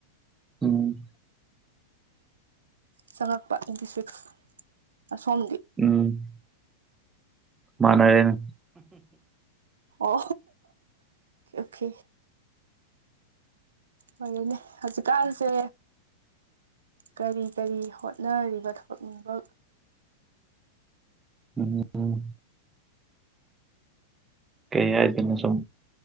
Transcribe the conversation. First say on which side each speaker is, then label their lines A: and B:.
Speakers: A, on the right; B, on the right.
A: ꯎꯝ
B: ꯆꯪꯉꯛꯄ ꯇ꯭ꯋꯦꯟꯇꯤ ꯁꯤꯛꯁ ꯑꯁꯣꯝ
A: ꯎꯝ ꯃꯥꯅꯔꯦꯅ
B: ꯑꯣ ꯑꯣꯀꯦ ꯑꯣꯏꯒꯅꯦ ꯍꯧꯖꯤꯛꯀꯥꯟꯁꯦ ꯀꯔꯤ ꯀꯔꯤ ꯍꯣꯠꯅꯔꯤꯕ ꯊꯕꯛꯅꯤꯡꯕ
A: ꯑꯣꯝ ꯀꯩ ꯍꯥꯏꯅ ꯁ